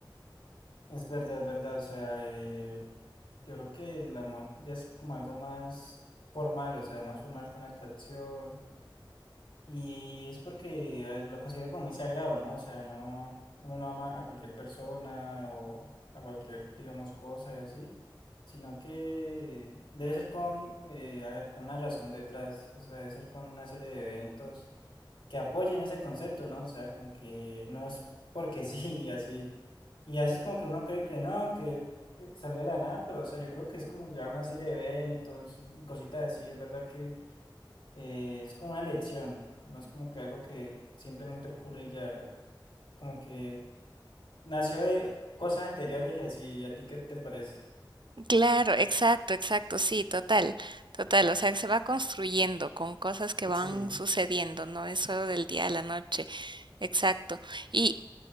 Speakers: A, on the left; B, on the right.
A: es verdad, es verdad, o sea, eh, yo creo que el amor ya es como algo más formal, o sea, más formal que una atracción. Y es porque eh, lo considero como muy sagrado, ¿no? O sea, no, uno no ama a cualquier persona o a cualquier, digamos, cosa y así, sino que debe ser con, eh, a ver, con una razón detrás, o sea, debe ser con una serie de eventos que apoyen ese concepto, ¿no? O sea, como que no es porque <laughs> sí y así. Y a veces como que uno cree que no, que eh, salió de la nada, pero o sea, yo creo que es como ya una serie de eventos y, y cositas así, es verdad que eh, es como una lección, no es como que algo que simplemente ocurre y ya, como que nació de cosas anteriores y así, ¿y a ti qué te parece?
B: Claro, exacto, exacto, sí, total, total, o sea, que se va construyendo con cosas que van
A: Sí,
B: sucediendo, no es solo del día a la noche, exacto. Y,